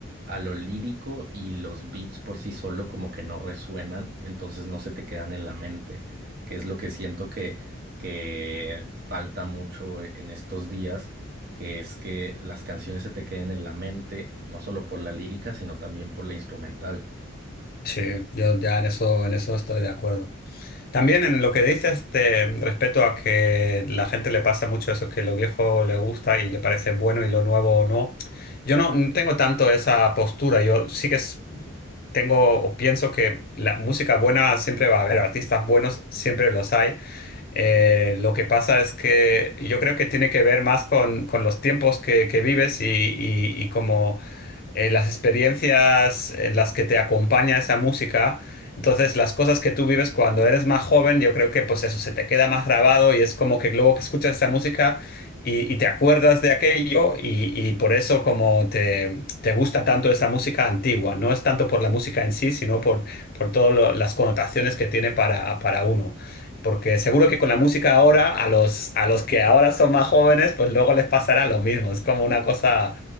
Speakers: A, on the right; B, on the left.
A: a lo lírico y los beats por sí solo como que no resuenan, entonces no se te quedan en la mente, que es lo que siento que que falta mucho en estos días, que es que las canciones se te queden en la mente, no solo por la lírica, sino también por la instrumental.
B: sí, yo ya en eso, en eso estoy de acuerdo. También en lo que dices de, respecto a que la gente le pasa mucho eso, que lo viejo le gusta y le parece bueno y lo nuevo no. Yo no no tengo tanto esa postura, yo sí que es- tengo o pienso que la música buena siempre va a haber, artistas buenos siempre los hay. Eh, lo que pasa es que yo creo que tiene que ver más con, con los tiempos que, que vives y, y, y como eh, las experiencias en las que te acompaña esa música. Entonces, las cosas que tú vives cuando eres más joven, yo creo que pues eso se te queda más grabado y es como que luego que escuchas esa música y, y te acuerdas de aquello y, y por eso como te, te gusta tanto esa música antigua. No es tanto por la música en sí, sino por, por todas las connotaciones que tiene para, para uno. Porque seguro que con la música ahora, a los, a los que ahora son más jóvenes, pues luego les pasará lo mismo. Es como una cosa